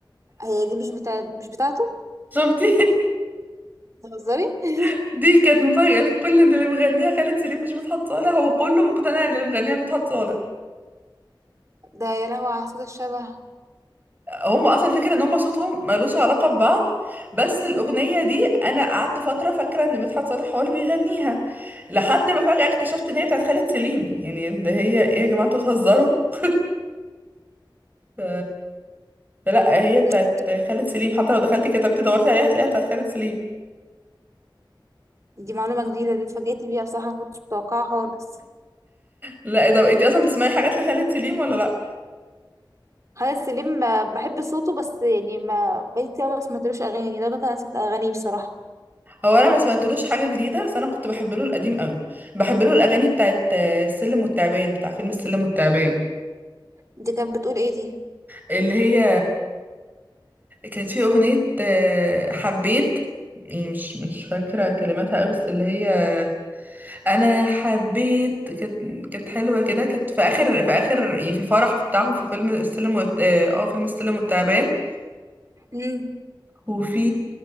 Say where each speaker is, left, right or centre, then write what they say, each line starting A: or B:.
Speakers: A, on the right; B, on the right.
A: هي دي مش بتاع مش بتاعته
B: شفتي
A: بتهزري <laughs>
B: <laughs> دي كانت مفاجأة للكل إن اللي مغنيها خالد سليم مش مدحت صالح وكله مقتنع إن اللي مغنيها مدحت صالح
A: ده يا لهوي على صوت الشبه
B: هم اصلا الفكره ان هم صوتهم ملوش علاقه ببعض بس الاغنيه دي انا قعدت فتره فاكره ان مدحت صالح هو اللي بيغنيها لحد ما فجاه اكتشفت ان هي بتاعت خالد سليم يعني اللي هي ايه يا جماعه انتوا بتهزروا <laughs> ف- لا هي بتاعت
A: مم.
B: خالد سليم حتى لو دخلتي كتبتي دورتي عليها هتلاقيها بتاعت خالد سليم
A: دي معلومة جديدة دي اتفاجئت بيها بصراحة ما كنتش متوقعها خالص
B: لا طب انتي اصلا بتسمعي حاجات لخالد سليم ولا لا
A: خالد سليم ما- بحب صوته بس يعني ما بقيت كتير أوي ما سمعتلوش أغاني يعني ده أنا نسيت أغانيه بصراحة
B: هو انا ما سمعتلوش حاجه جديده بس انا كنت بحب له القديم قوي بحب له الاغاني بتاعت آه، السلم والتعبان بتاع فيلم السلم والتعبان
A: دي كانت بتقول إيه دي
B: اللي هي كانت في أغنية آه، حبيت يعني مش مش فاكرة كلماتها قوي بس اللي هي أنا حبيت كانت كانت حلوة كده كانت في آخر في آخر يعني في الفرح بتاعهم في فيلم السلم والت... اه آه، فيلم السلم والتعبان
A: مم.
B: وفي